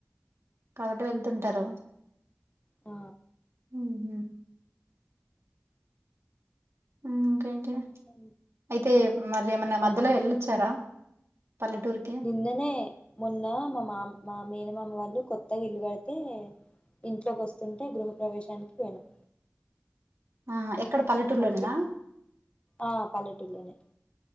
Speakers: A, on the right; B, on the left.
A: కాబట్టి వెల్తుంటరు
B: ఆ
A: ఉహు ఉ ఇంకేంటి
B: ఇంకా
A: అయితే మరీ ఎమన్న
B: చెప్పాలి
A: మధ్యలో
B: మీరు
A: ఒచ్చారా పల్లెటూరుకి
B: నిన్ననే మొన్న మామా మా మేనమామ వాళ్ళు కొత్తగ ఇల్లు గడ్తే ఇంట్లకొస్తుంటే గృహప్రవేశానికి పోయినం
A: ఆహా ఎక్కడ పల్లెటూరులోనేనా
B: అందుకే ఆ పల్లేటూల్లోనే